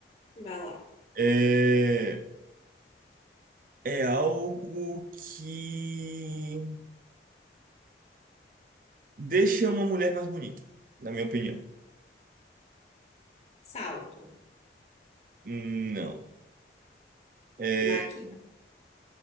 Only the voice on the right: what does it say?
É, é algo que Deixa uma mulher mais bonita, na minha opinião.
Não. É,